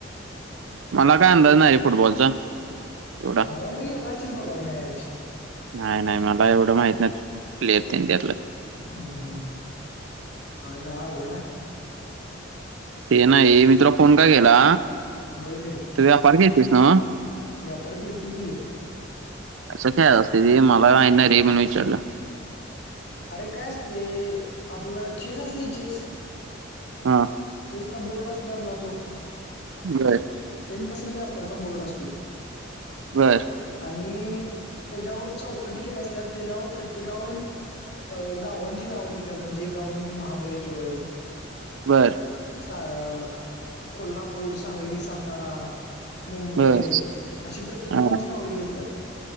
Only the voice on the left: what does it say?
मला वाटलं की गेला असशील बघाय मॅच.
हम्म. हम् <unintelligible> उघडा
बोल कीं.
व्यापार घेती की.
अरे काय असते, आपलं चेस असते चेस?
चेसचा बोर्ड असतोय, आपला तो?
सेम तसाच व्यापारचा बोर्ड असतोय.
आणि त्याच्यावर चौकटी केल्या असत्यात, त्याच्यावर प्रत्येकावर अ गावांची नाव लीहत्यात, म्हणजे गाव म्हणजे महाबळेश्वर
सा अ कोल्हापूर, सांगली, सातारा मुंबई
अशी प्रत्येक
गावांची नाव लिहिलेली असत्यात